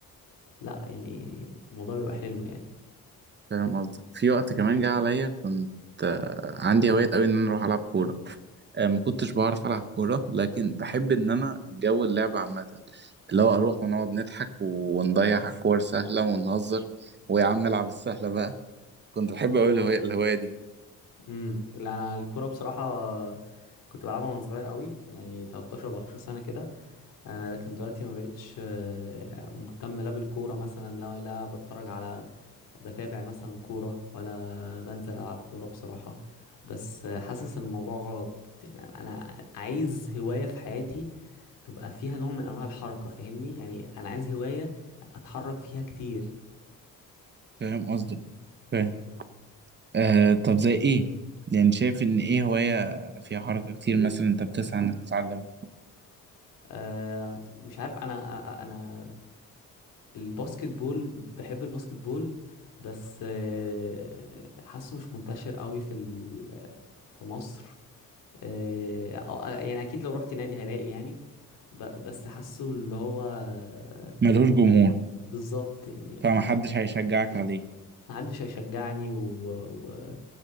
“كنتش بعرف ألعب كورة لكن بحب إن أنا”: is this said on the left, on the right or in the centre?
Right